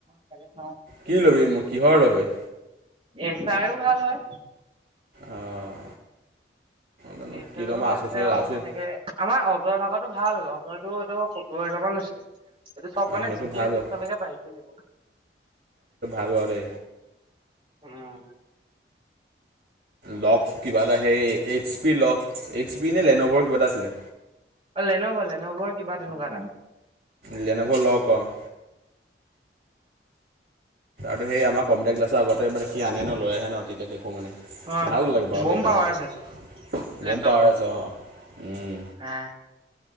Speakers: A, on the right (about 35°); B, on the right (about 65°).
A: চাগেচ নাও
B: কি ল'বি মোক- কিহৰ বাবে?
A: এ চাইও ভাল হয়
B: অঁ জানো
A: এছাৰৰ
B: কি ল'ম আচুচৰ
A: আছে আৰু
B: আচুচ
A: তেনেকে আমাৰ অজয় ভাগত তো ভাল। অজয়টো এই সত্তৰ হাজাৰ মান লৈছিলে। এইটো চব
B: অঁ
A: মানে
B: সেইটো
A: জি টি
B: ভাল
A: চিক্সলৈকে
B: হয়
A: পাৰি খেলিব
B: আগতে
A: উম
B: লক কিবা এটা, সেই এইচ পিৰ লক- এইচ পি নে লেনভৰ কিবা এটা আছিলে।
A: অ' লেনভ- লেনভৰ কিবা তেনেকুৱা এটা।
B: লেন'ভ' ল'ক অ'। আৰু সেই আমাৰ কম্পিউটাৰ ক্লাছৰ আগতে মানে সি আনে ন লৈ আহে ন তেতিয়া দেখোঁ মানে
A: অ'
B: ভাল লাগে বাও
A: বম
B: দেউতাহতক
A: পাৱাৰ আছে লেপটপটো
B: বম পাৱাৰ আছে অ'। উম।
A: হা